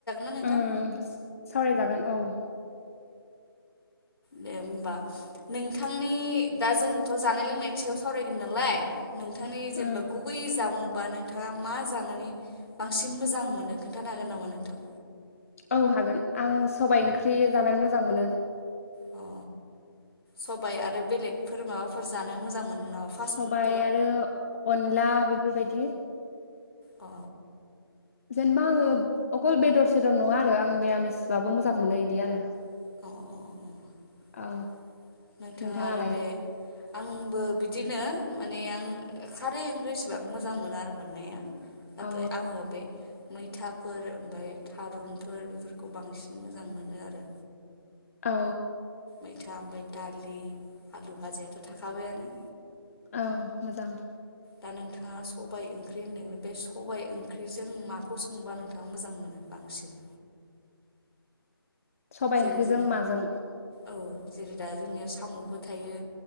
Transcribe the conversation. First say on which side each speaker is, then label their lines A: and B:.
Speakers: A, on the left; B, on the left.
A: ना नोंथां?
B: ओ सावरायजागोन औ
A: दे होमबा नोंथांनि दा जोंथ' जानाय लोंनायनि सायाव सावरायगोन नालाय नोंथांनि जेनेबा
B: उम
A: गुबै जामुं बा नोंथाङा मा जानानै बांसिन मोजां मोनो खोन्थानो हागोन नामा नोंथां
B: औ हागोन आं सबाइ ओंख्रि जानानै मोजां मोनो
A: अ सबाय आरो बेलेगफोर माबाफोर जानो मोजां मोनो नामा फास्ट
B: सबाय
A: फुडफोराव?
B: आरो अनला बेफोरबायदि
A: औ
B: जेनेबा आङो अखल बेदर सेदर नङा आरो आं मिरामिसबाबो मोजां मोनो बिदि आरो
A: औ औ औ
B: औ
A: नोंथाङा
B: नोंथाङालाय
A: आरो बे आंबो बिदिनो माने आं खारै ओंख्रि एसेबां मोजां मोना आरो मोननाया नाथाय
B: औ
A: आंङो बे मैथाफोर ओमफाय थारुनफोर बेफोरखौ बांसिन मोजां मोनो आरो
B: औ
A: मैथा ओमफाय दालि आलु भाजायाथ' थाखाबायानो
B: औ मोजां
A: दा नोंथाङा सबाय ओंख्रि होन्दों बे सबाइ ओंख्रिजों माखौ संबा नोंथाङा मोजां मोनो बांसिन
B: सबाय
A: जेरै
B: ओंख्रिजों
A: जों
B: माजों?
A: औ जेरै दा जोंनिया साम'बो थायो